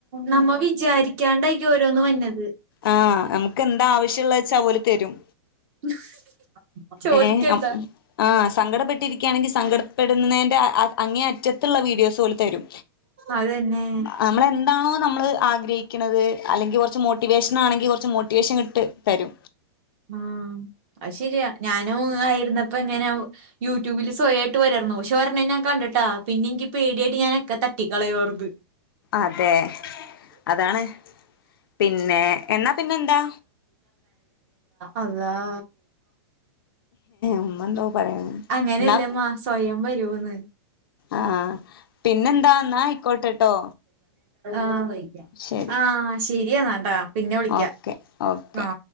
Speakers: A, on the right (about 35°); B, on the left (about 60°).
A: നമ്മ വിചാരിക്കാണ്ടായിരിക്കു ഓരോന്ന് വരുന്നത്.
B: ആ നമുക്ക് എന്താ ആവശ്യമുള്ളച്ചാ ഓല് തരും.
A: <unintelligible> ചോദിക്കണ്ട
B: ഏ ആ സങ്കടപ്പെെട്ടിരിക്കുകയ ണെങ്കിൽ സങ്കടപ്പെടുന്നതിൻ്റെ അങ്ങേ അറ്റത്തുള്ള വീഡിയോസ് പോലു തരും
A: അതന്നെ
B: നമ്മളെന്താണോ നമ്മൾ ആഗ്രഹിക്കണത്. അല്ലെങ്കിൽ കുറച്ച് മോട്ടിവേഷൻ ആണെങ്കിൽ കുറച്ച് മോട്ടിവേഷൻ ഇങ്ങട്ട് തരു.
A: ആ അത് ശരിയാ ഞാനും ആയിരുന്നപ്പ ഇങ്ങനെ യൂട്യൂബില് സ്വയ ഇട്ട് വരുവാരുന്നു പക്ഷെ ഒരെണ്ണം ഞാൻ കണ്ടിട്ടാ പിന്നെ എനിക്ക് പേടിയായിട്ട് ഞാനൊക്കെ തട്ടി കളയു വരുന്നു
B: അതെ അതാണ് പിന്നെ എന്നാ പിന്നെ എന്താ
A: അള്ളാ
B: ഉമ്മന്തോ പറയ വന്ന്
A: അങ്ങനെയല്ലമ്മാ
B: എന്നാ
A: സ്വയം വരൂന്ന്
B: ആഹ് അഹ് പിന്നെന്താ എന്നാ ആയിക്കോട്ടെട്ടോ
A: ആഹ്
B: ശരി
A: ആ ശെരിയാെന്നാട്ടാ പിന്നെ വിളിക്കാ
B: ഓക്കെ ഓക്കെ
A: ആ